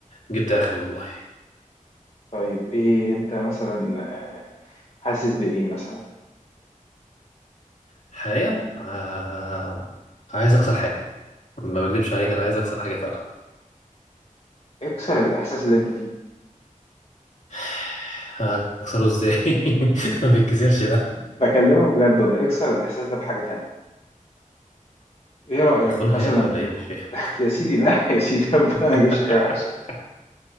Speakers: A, on the left (about 60°); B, on the left (about 45°).
A: جبت اخري والله
B: طيب ايه انت مثلا آه، حاسس بايه مثلا
A: حاليا آه عايز اكسر حاجه ما بكدبش عليك انا عايز اكسر حاجه فعلا
B: اكسر الاحساس اللي انت فيه
A: <sighs> اكسره ازاي <laughs> ما بيتكسرش ده
B: بكلمك بجد ولا اكسر الاحساس ده بحاجة تانية ايه رأيك
A: اخونها
B: مثلا
A: يعني ولا ايه مش فاهم
B: <laughs> يا سيدي لا يا سيدي ربنا ما
A: <laughs>
B: يجيبش حاجة وحشة